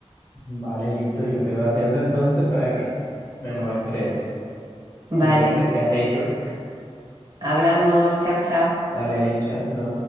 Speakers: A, on the left; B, on the right.
A: Vale, listo, yo quedo atento entonces para que me muestres,
B: Vale,
A: me muestres qué has hecho.
B: hablamos. Chao, chao.
A: Dale, chaito.